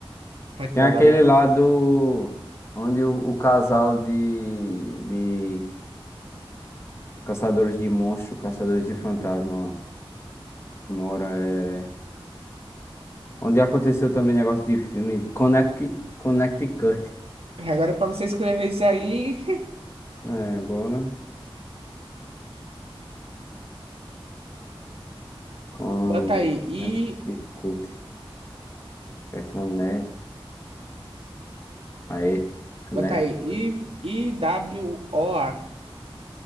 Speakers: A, on the right; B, on the left.
A: Vai tu
B: Tem aquele
A: agora.
B: lá do... Onde o, o casal de, de caçadores de monstros, caçadores de fantasma mora. É... Onde aconteceu também negócio de filme. Connect... Connecticut.
A: né? Agora, é pra você escrever isso aí, <laughs>
B: É, agora... Connecticut.
A: bota aí. I.
B: É Connecticut. Aí, Connecticut.
A: Bota aí. I. I-W-O-A.